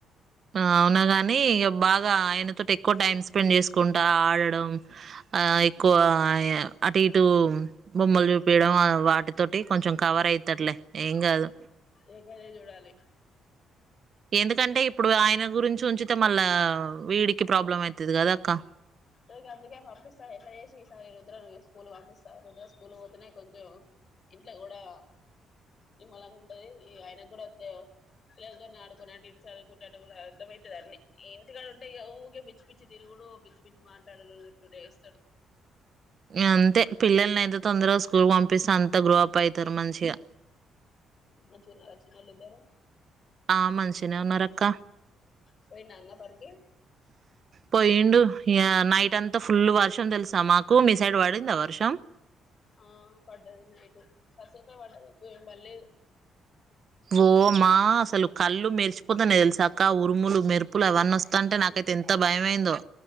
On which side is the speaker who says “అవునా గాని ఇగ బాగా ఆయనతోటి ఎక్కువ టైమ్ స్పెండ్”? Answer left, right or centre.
Right